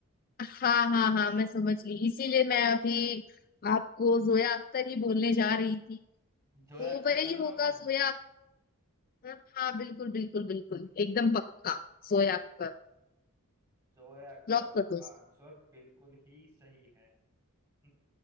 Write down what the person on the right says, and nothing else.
जोया
अख्तर
कंफर्म
है
जोया अख्तर
आपका
आंसर बिल्कुल ही सही है <laughs>